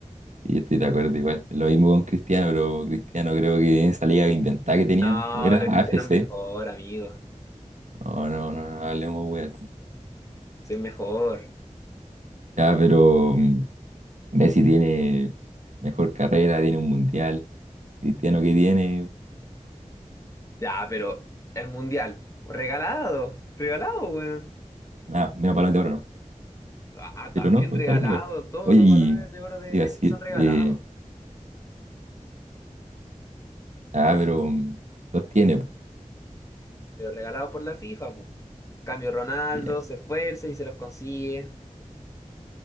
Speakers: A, on the right; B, on the left.
A: sí, yo estoy de acuerdo igual. Lo mismo con Cristiano, pero Cristiano creo que en esa liga inventada que tenían,
B: No,
A: como era
B: pero
A: AFC.
B: Cristiano es mejor, amigo.
A: No, no, no, no hablemos, wea.
B: Sí, es mejor.
A: Ya, pero... mm, Messi tiene mejor carrera, tiene un mundial. Cristiano que tiene,
B: Ya, pero el mundial, regalado, regalado, weón.
A: nada, menos balón de oro, ¿no?
B: Ah,
A: Pero
B: también
A: no, pues
B: regalado,
A: está bien igual.
B: todos
A: Oye,
B: los
A: y
B: balones de oro de
A: te iba
B: Messi
A: a decir,
B: son regalados,
A: eh, ah, pero mm, los tiene, pues.
B: pero regalados por la FIFA, pues. Cambio Ronaldo,
A: Ya.
B: se esfuerza y se los consigue.